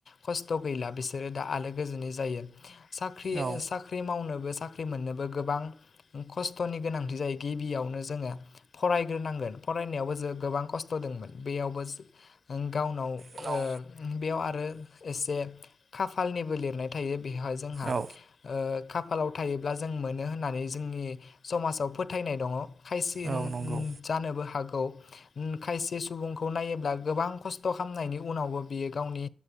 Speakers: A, on the left (about 75°); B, on the right (about 70°).
A: खस्थ' गैला बिसोरो दा आलो गोजोनै जायो। साख्रि
B: औ
A: साख्रि मावनो साख्रि मोननोबो गोबां खस्थ'नि गोनांथि जायो। गिबियावनो जोङो फरायग्रोनांगोन फरायनायावबो जों गोबां खस्थ' दंमोन बेयावबो गावनाव
B: उनाव
A: ओ बेयाव आरो एसे खाफालनिबो लिरनाय थायो। बेवहाय जोंहा ओ
B: औ
A: खाफालाव थायोब्ला जों मोनो होननानै जोंनि समाजाव फोथायनाय दङ। खायसिन
B: औ नंगौ
A: जानोबो हागौ उम खायसे सुबुंखौ नायोब्ला गोबां खस्थ' खालामनायनि उनावबो बियो गावनि